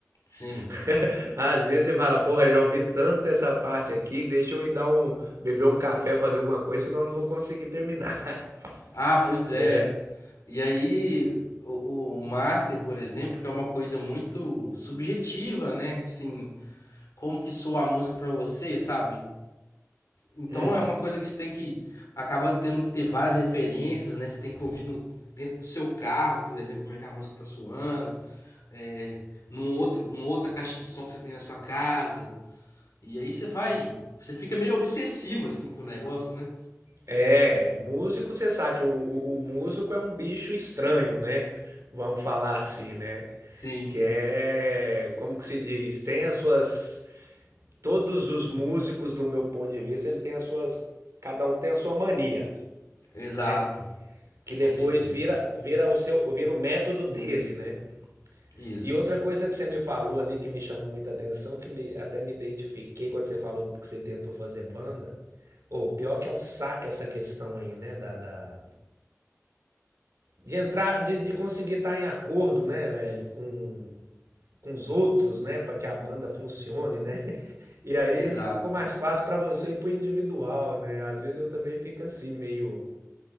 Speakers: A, on the left; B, on the right.
A: sim.
B: <laughs> Às vezes você fala, porra, já ouvi tanto essa parte aqui, deixa eu ir dar um, beber um café, fazer alguma coisa, senão eu não vou conseguir terminar,
A: Ah, pois
B: <laughs>
A: é.
B: né?
A: E aí, o, o master, por exemplo, que é uma coisa muito subjetiva, né? Assim, como que soa a música pra você, sabe? Então
B: Hum,
A: é uma coisa que você tem que acaba tendo que ter várias referências, né? Você tem que ouvir no, dentro do seu carro, por exemplo, como é que a música tá soando, é, num outro, uma outra caixa de som que você tem na sua casa, E aí você vai. Você fica meio obsessivo assim com o negócio, né?
B: É, músico, você sabe que o, o, o músico é um bicho estranho, né? Vamos falar assim, né?
A: Sim,
B: Que é, como que se diz? Tem as suas, todos os músicos, no meu ponto de vista, ele tem as suas, cada um tem a sua mania,
A: exato.
B: né? Que
A: Com
B: depois
A: certeza.
B: vira, vira o seu, vira o método dele, né?
A: Isso,
B: E outra coisa que você me falou ali que me chamou muita atenção, que me- até me identifiquei quando você falou que você tentou fazer banda. Ô, pior que é um saco essa questão aí, né? Da, da- De entrar, de, de conseguir estar em acordo, né, velho, com, com os outros, né? Pra que a banda funcione, né? <laughs> E aí
A: exato.
B: ficou mais fácil pra você ir pro individual, né? Às vezes eu também fico assim, meio,